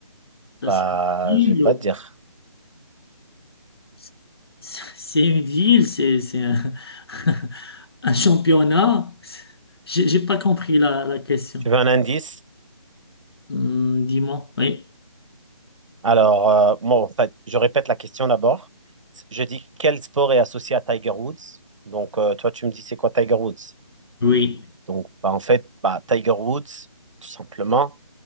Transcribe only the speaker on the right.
Bah,
je vais pas
te dire.
Tu veux un indice?
Alors, euh, moi, en fait, je répète la question d'abord. Je dis quel sport est associé à Tiger Woods? Donc, euh, toi, tu me dis c'est quoi Tiger Woods?
Donc, bah, en fait, bah, Tiger Woods, tout simplement,